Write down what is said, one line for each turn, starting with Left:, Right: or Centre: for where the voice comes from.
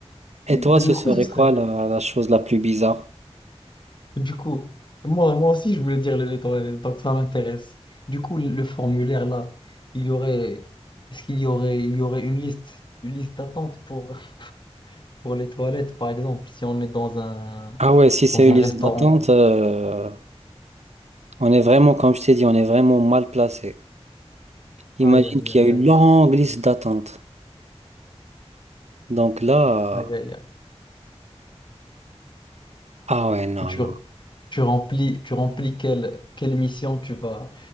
Right: Et
Left: Et
Right: toi, ce
Left: du coup,
Right: serait
Left: ce serait...
Right: quoi la, la chose la plus bizarre?
Left: Du coup, moi, moi aussi, je voulais dire les lettres, les lettres, donc ça m'intéresse. Du coup, le formulaire, là, il y aurait... Est-ce qu'il y aurait... Il y aurait une liste, une liste d'attente pour, pour les toilettes, par exemple, si on est dans un,
Right: Ah ouais, si c'est
Left: dans
Right: une
Left: un
Right: liste
Left: restaurant.
Right: d'attente, euh, on est vraiment, comme je t'ai dit, on est vraiment mal placé. Imagine
Left: Aïe, aïe,
Right: qu'il
Left: aïe,
Right: y a une
Left: aïe.
Right: longue liste d'attente. Donc là,
Left: Aïe,
Right: euh,
Left: aïe, aïe.
Right: ah ouais, non,
Left: Et tu,
Right: non.
Left: tu remplis, tu remplis quelle, quelle mission tu vas,